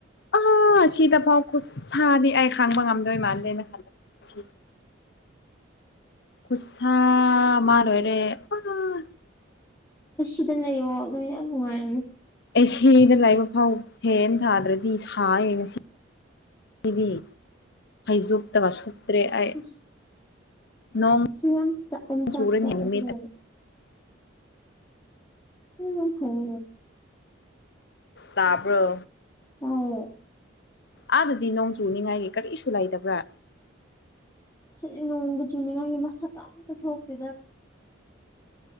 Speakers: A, on the left (about 60°); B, on the left (about 15°).
A: ꯑꯥ ꯁꯤꯗ ꯐꯥꯎ ꯈꯨꯠꯁꯥꯗꯤ ꯑꯩ ꯈꯥꯡꯕ ꯉꯝꯗꯣꯏ ꯃꯥꯜꯂꯦꯅ ꯈꯜꯂ <unintelligible> ꯈꯨꯨꯁ ꯁꯥꯥ ꯃꯥꯔꯣꯏꯔꯦ
B: ꯑ ꯁꯤꯗ ꯂꯩꯌꯛꯑꯣ ꯑꯗꯣ ꯌꯥꯝ ꯅꯨꯡꯉꯥꯏꯔꯅꯤ
A: ꯑꯩ ꯁꯤꯗ ꯂꯥꯏꯕ ꯐꯥꯎ ꯐꯦꯟ ꯊꯥꯗ꯭ꯔꯗꯤ ꯁꯥꯌꯦ ꯉꯁꯤ ꯁꯤꯗꯤ ꯐꯩꯖꯣꯇꯒꯁꯨ ꯇ꯭ꯔꯦ ꯑꯩ
B: ꯑꯁ
A: ꯅꯣꯡ
B: ꯉꯁꯤ ꯌꯥꯝ ꯑꯣꯝꯆꯥꯛ
A: ꯁꯨꯔꯅꯤ
B: ꯆꯥꯛꯑꯦ
A: ꯅꯨꯃꯤꯠ
B: ꯐꯖꯅ ꯎ ꯐꯥꯎ
A: ꯇꯥꯕ꯭ꯔꯣ
B: ꯇꯥꯏꯌꯦ
A: ꯑꯥꯗꯗꯤ ꯅꯣꯡ ꯆꯨꯅꯤꯡꯉꯥꯏꯒꯤ ꯀꯔꯤꯁꯨ ꯂꯩꯇꯕ꯭ꯔꯥ
B: ꯁꯤ ꯅꯣꯡꯒ ꯆꯨꯅꯤꯡꯉꯥꯏꯒꯤ ꯃꯁꯛꯄ ꯑꯝꯇ ꯊꯣꯛꯇꯦꯗ